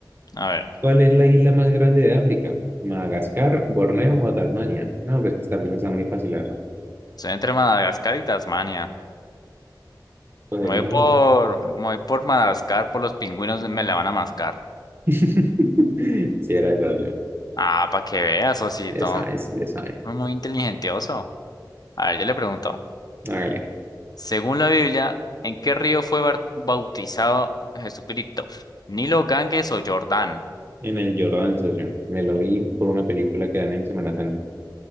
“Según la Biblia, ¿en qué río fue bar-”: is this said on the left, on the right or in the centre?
Left